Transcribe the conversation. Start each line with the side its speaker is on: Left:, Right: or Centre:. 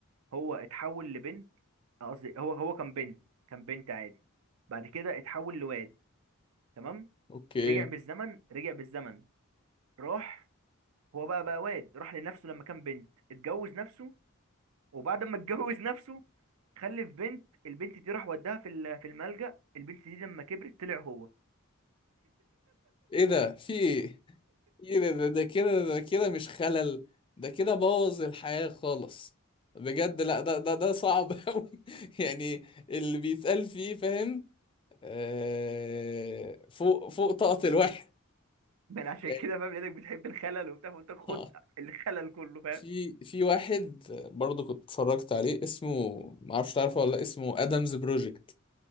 Right: هو اتحول لبنت آه، قصدي هو هو كان بنت كان بنت عادي بعد كده اتحول لواد تمام
Left: اوكي
Right: رجع بالزمن رجع بالزمن راح هو بقى بقى واد راح لنفسه لما كان بنت اتجوز نفسه وبعد ما <laughs> اتجوز نفسه خلف بنت البنت دي راح وداها في ال- في الملجأ البنت دي لما كبرت طلع هو
Left: ايه ده في ايه ايه ده ده ده كده ده كده مش خلل ده كده بوظ الحياة خالص بجد لا ده ده ده صعب <laughs> قوي يعني اللي بيتقال فيه فاهم آه فوق فوق طاقة الواحد
Right: من عشان
Left: يعني
Right: كده فاهم لانك بتحب الخلل وبتاع فانت خد
Left: آه.
Right: الخلل كله فاهم
Left: في في واحد برضه كنت اتفرجت عليه اسمه ما اعرفش تعرفه ولا لأ، اسمه ادمز بروجكت